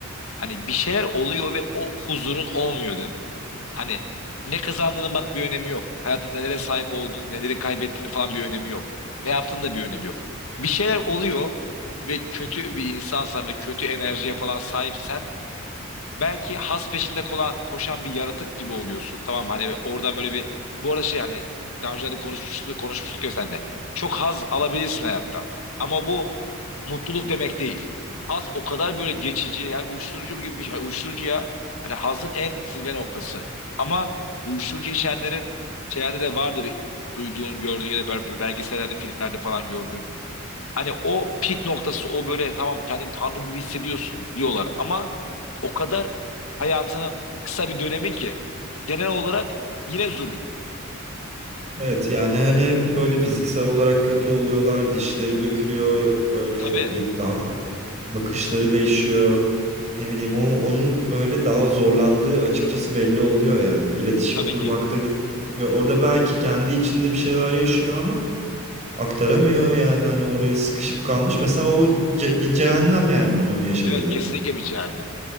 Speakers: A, on the left (about 75°); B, on the right (about 35°).
A: Hani bir şeyler oluyor ve o huzurun olmuyor dedim. Hani ne kazandığının bak bir önemi yok. Hayatın nelere sahip olduğun, neleri kaybettiğini falan bir önemi yok. Ne yaptığın da bir önemi yok. Bir şeyler oluyor ve kötü bir insansan ve kötü enerjiye falan sahipsen belki has peşinde kolan, koşan bir yaratık gibi oluyorsun. Tamam mı? Hani oradan böyle bir bu arada şey hani daha önce de konuşmuştuk, konuşmuştuk ya seninle. Çok haz alabilirsin hayattan. Ama bu mutluluk demek değil. Haz o kadar böyle geçici yani uyuşturucu gibi bir şey. Uyuşturucu ya. Hani hazın en zirve noktası. Ama uyuşturucu içenlerin şeylerde de vardır duyduğun, gördüğün ya da bel- belgesellerde, filmlerde falan gördüğün. Hani o pik noktası o böyle tamam kendini tanrı gibi hissediyorsun diyorlar ama o kadar hayatının kısa bir dönemi ki genel olarak yine zulüm.
B: Evet yani hani hem böyle fiziksel olarak kötü oluyorlar, dişleri dökülüyor, yok böyle
A: Tabii,
B: bir daha bakışları değişiyor. Ne bileyim o, onun böyle daha zorlandığı açıkçası belli oluyor yani. İletişim
A: tabii
B: kurmakta
A: ki.
B: güç. ve Orada belki kendi içinde bir şeyler yaşıyor ama aktaramıyor yani hani oraya sıkışıp kalmış. Mesela o ce- bir cehennem yani onun yaşadığı.
A: Evet kesinlikle bir cehennem.